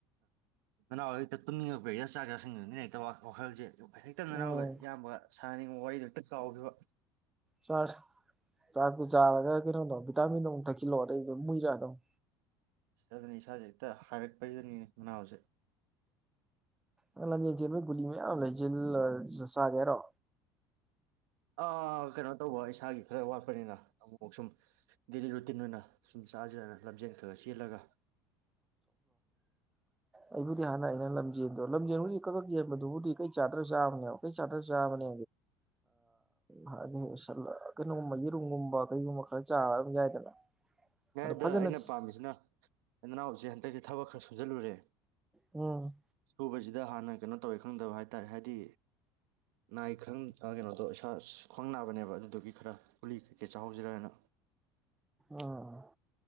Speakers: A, on the right (about 85°); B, in the centre.
A: ꯅꯅꯥꯎꯖꯦ ꯍꯦꯛꯇ ꯇꯨꯝꯅꯤꯡꯉꯛꯄ ꯆꯥꯛ ꯆꯥꯁꯤꯁꯤꯡꯅꯤꯅ ꯍꯦꯛꯇ ꯋꯥꯈꯜꯁꯦ ꯍꯦꯛꯇ
B: ꯎꯝ
A: ꯅꯥꯎꯒ ꯏꯌꯥꯝꯕ ꯁꯥꯅꯅꯤꯡꯕ ꯋꯥꯔꯤꯗꯨ ꯍꯦꯛꯇ ꯀꯥꯎꯈꯤꯕ
B: ꯆꯥꯛ ꯆꯥꯛꯇꯨ ꯆꯥꯔꯒ ꯀꯩꯅꯣꯗꯣ ꯚꯤꯇꯥꯃꯤꯟꯗ ꯑꯃꯨꯛ ꯊꯛꯆꯤꯜꯂꯣ ꯑꯗꯩꯗꯨꯝ ꯑꯨꯏꯔꯛꯑꯗꯨꯅꯤ
A: ꯑꯗꯨꯅꯦ ꯏꯁꯥꯁꯦ ꯍꯦꯛꯇ ꯍꯥꯏꯔꯠꯄꯖꯤꯗꯅꯤꯅꯦ ꯃꯅꯥꯎꯁꯦ
B: ꯑꯩ ꯂꯝꯖꯦꯟ ꯆꯣꯟꯕꯩ ꯒꯨꯂꯤ ꯃꯌꯥꯝ ꯂꯩꯖꯤꯜꯂꯩ ꯆꯥꯒꯦꯔꯣ
A: ꯑꯥ ꯀꯩꯅꯣ ꯇꯧꯕ ꯏꯁꯥꯒꯤ ꯈꯔ ꯋꯥꯠꯄꯅꯤꯅ ꯑꯃꯨꯛꯁꯨꯝ ꯗꯦꯂꯤ ꯔꯨꯇꯤꯟ ꯑꯣꯏꯅ ꯁꯨꯝ ꯆꯥꯖꯤꯔꯅ ꯂꯝꯖꯦꯟ ꯈꯔ ꯈ ꯆꯦꯜꯂꯒ
B: ꯑꯩꯕꯨꯗꯤ ꯍꯥꯟꯅ ꯑꯩꯅ ꯂꯝꯖꯦꯜꯗꯣ ꯂꯝꯖꯦꯜꯕꯨꯗꯤ ꯀꯛ ꯀꯛ ꯌꯦꯟꯕꯗꯨꯕꯨꯗꯤ ꯀꯩ ꯆꯥꯗ꯭ꯔꯖꯨ ꯌꯥꯕꯅꯦꯕ ꯀꯩ ꯆꯥꯗ꯭ꯔꯖꯨ ꯌꯥꯕꯅꯦ ꯍꯥꯏꯗꯤ ꯀꯩꯅꯣꯒꯨꯝꯕ ꯌꯦꯔꯨꯝꯒꯨꯝꯕ ꯀꯩꯒꯨꯝꯕ ꯈꯔ ꯆꯥꯔ ꯌꯥꯏꯗꯅ
A: ꯑꯗ
B: ꯑꯗꯣ ꯐꯖꯅ
A: ꯑꯩꯅ ꯄꯥꯝꯃꯤꯁꯤꯅ ꯅꯅꯥꯎꯁꯦ ꯍꯟꯗꯛꯁꯦ ꯊꯛ ꯈꯔ ꯁꯣꯟꯖꯜꯂꯨꯔꯦ
B: ꯎꯝ
A: ꯁꯨꯕꯁꯤꯗ ꯍꯥꯟꯅ ꯀꯩꯅꯣ ꯇꯧꯋꯦ ꯈꯪꯗꯕ ꯍꯥꯏꯇꯥꯔꯦ ꯍꯥꯏꯗꯤ ꯅꯥꯏ ꯈꯪ ꯀꯩꯅꯣꯗꯣ ꯏꯁꯥ ꯈ꯭ꯋꯥꯡ ꯅꯥꯕꯅꯦꯕ ꯑꯗꯨꯗꯨꯒꯤ ꯈꯔ ꯒꯨꯂꯤ ꯀꯩꯀꯩ ꯆꯥꯍꯧꯁꯤꯔ ꯍꯥꯏꯅ
B: ꯎꯝ